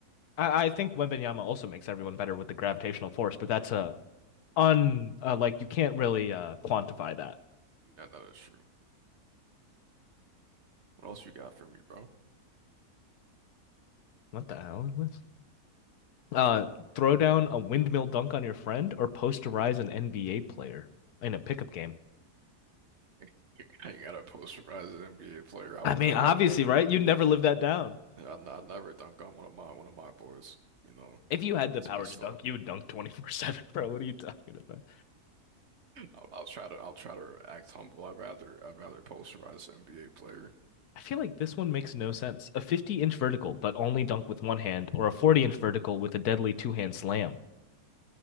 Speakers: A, on the left (about 80°); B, on the right (about 50°).
A: I, I think Wembanyama also makes everyone better with the gravitational force, but that's a un uh, like you can't really uh, quantify that.
B: yeah, that is true. What else you got for me, bro?
A: What the hell is this? Uh, throw down a windmill dunk on your friend or posterize an NBA player in a pickup game.
B: <laughs> You got you got a posterized NBA player. I would
A: I mean,
B: never,
A: obviously,
B: I would never,
A: right? You'd never live that down.
B: I I never dunk on one of my one of my boys. You know,
A: If you had the
B: it's
A: power
B: messed
A: to dunk,
B: up.
A: you would dunk 24/7, bro. What are you talking about?
B: I'll, I'll try to, I'll try to act humble. I'd rather, I'd rather posterize an NBA player.
A: I feel like this one makes no sense. A 50 inch vertical, but only dunk with one hand, or a 40 inch vertical with a deadly two hand slam.